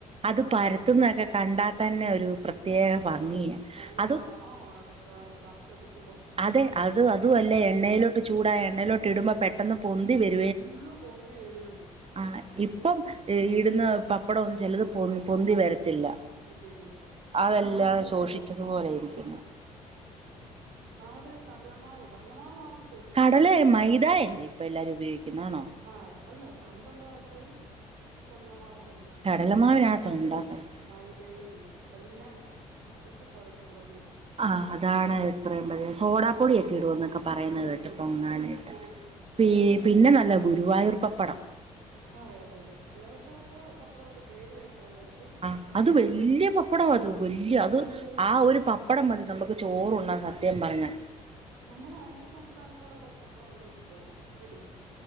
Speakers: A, on the right; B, on the right.
A: അത്
B: ആഹ്
A: പരത്തുന്നതൊക്കെ
B: പപ്പടത്തിന്
A: കണ്ടാൽ തന്നെ ഒരു പ്രത്യേക
B: അതെഅ
A: ഭംഗിയാ
B: നല്ല
A: അത്
B: മണ ആണത് എന്താ. വാർത്തെടുക്കുമ്പൊ
A: അതെ അതു അതുഅല്ല എണ്ണയിലോട്ട് ചൂടായ എണ്ണയിലോട്ട് ഇടുമ്പോ പെട്ടെന്ന് പൊന്തി വരും.
B: ഫുള്ളു പൊങ്ങി വരിയേന്തി.
A: ആഹ് ഇപ്പം ഇ ഇടുന്ന പ പ്പടം ചെലത് പൊന്
B: ആഹ്
A: പൊന്തി
B: പൊങ്ങത്തില്ല
A: വരത്തില്ല.
B: ഇല്ലില്ലില്ല.
A: അതെല്ലാ
B: കാരണം മായമല്ലേ
A: ശോഷിച്ചതുപോലെ
B: മൊത്തം.
A: ഇരിക്ക്യുന്നെ.
B: ഒന്നാമത് കടലമാവ് കടലമാവ് വാണം.
A: കടലെ മൈദല്ലേ ഇപ്പ എല്ലാരും ഉപയോഗിക്കുന്നാണോ.
B: ആഹ് അല്ല പണ്ടുള്ള ആൾക്കാര് കടലമാവമായിരുന്നു.
A: കടലമാവിനകത്ത
B: ഇപ്പോള്ള ആൾക്കാര്
A: ഉണ്ടാക്കുന്നത്
B: മൈദയും എല്ലാം ഊട്ടിക്കൊഴച്ചുള്ളൊരു.
A: ആഹ് അതാണ് ഇത്രയും വലിയ സോഡാ പൊടിയൊക്കെ ഇടൂ ന്നൊക്കെ പറയുന്നത്
B: സോഡാപ്പൊടിയൊക്കെ
A: കേട്ട് പൊങ്ങാനായിട്ട്.
B: ഇടും. പിന്നെ എങ്ങനെയൊക്കെയോ
A: പീ പിന്നെ നല്ല ഗുരുവായൂർ പപ്പടം.
B: അതെ അതെ അതെ ഗുരുവായപ്പോ പപ്പടമൊക്കെ പേര് കേട്ടത്ണ്ട്.
A: അ അത് വല്ല്യ പപ്പടം അത് വല്ല്യ അത്
B: അതെ അതെ അതെ.
A: ആ ഒരു പ പ്പടം മതി നമുക്ക് ചോറുണ്ണാൻ സത്യം പറഞ്ഞ.
B: നമ്മുടെ അന്യസംസ്ഥാനക്കാര്ടെ പട പപ്പട തിന്നിട്ടുണ്ടോ. ഇത്